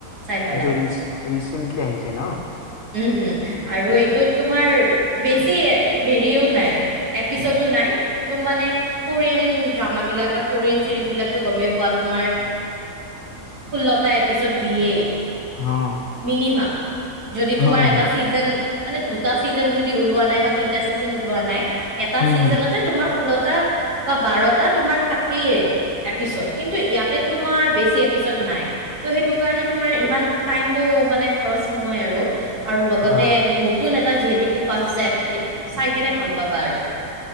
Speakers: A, on the right (about 80°); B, on the left (about 55°).
A: চাই পেলাই।
B: এইটো ৰিচ ৰিচেণ্টলি আহিছে ন
A: উম', উম', আৰু এইটোত তোমাৰ বেছি হেৰিও নাই, এপিছডো নাই। ত মানে কোৰিয়ান ড্ৰামা বিলাক বা কোৰিয়ান চিৰিজ বিলাক টো গমেই পোৱা তোমাৰ ষোল্লটা এপিছড দিয়ে।
B: হা
A: মিনিমাম। যদি তোমাৰ
B: হা
A: এটা
B: হা
A: চিজন মানে দুটা ছিজন যদি ওলোৱা নাই। বা তিনিটা ছিজন ওলোৱা নাই। এটা
B: হুম
A: ছিজনতে
B: হুম
A: তোমাৰ ষোল্লটা বা বাৰটা তোমাৰ থাকেয়েই। এপিছড। কিন্তু ইয়াতে তোমাৰ বেছি এপিছড নাই। ত' সেইটো কাৰণে তোমাৰ ইমান টাইমো খৰচ নহয় আৰু। আৰু লগতে
B: অ
A: নতুন এটা যিহেতুকে কনচেপ্ট, এই চাই কেনে ভাল পাবা আৰু,